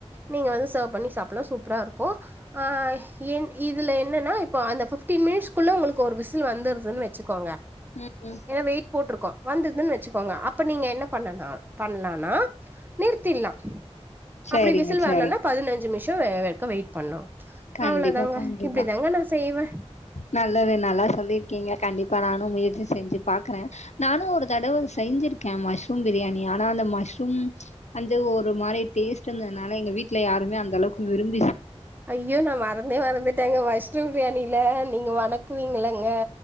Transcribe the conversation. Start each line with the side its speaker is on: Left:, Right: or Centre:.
Right: நீங்க வந்து சேர்வ் பண்ணி சாப்பலா சூப்பரா இருக்கு ஆஹ் என் இதுல என்னன்ன இப்ப அந்த ஃபிப்டின் மினிட்ஸ்குள்ள உங்களுக் கொர் விசில் வந்துருதுன்னு வச்சுக்கோங்க
Left: ம் ம்
Right: ஏன்னா வெயிட் போட்டிருக்கோ வந்துருதுன்னு வச்சுக்கோங்க அப்ப நீங்க என்ன பண்ணலா பண்ணலான்னா நிறுத்திற்லா
Left: சரிங்க
Right: அப்டி விசில்
Left: சரிங்க
Right: வர்லன்னா பதினஞ்சு மிஷம் வேக்கு வெயிட் பண்ணு
Left: கண்டிப்பா
Right: அவ்ளோதாங்க
Left: கண்டிப்பா
Right: இப்டிதாங்க நா செய்வே
Left: நல்லது நல்லா சொல்லிருக்கீங்க கண்டிப்பா நானு முயற்சி செஞ்சு பாக்குறே நானு ஒரு தடவ செஞ்சிருக்கே மஷ்ரூம் பிரியாணி ஆனா அந்த மஷ்ரூம் வந்து ஒரு மாரி டேஸ்ட் இருந்ததுனால எங்க வீட்டுல யாருமே அந்தளவுக்கு விரும்
Right: ஐயோ நா மறந்தே மறந்துட்டேங்க மஷ்ரும் பிரியாணில நீங்க வணக்குவீங்களங்க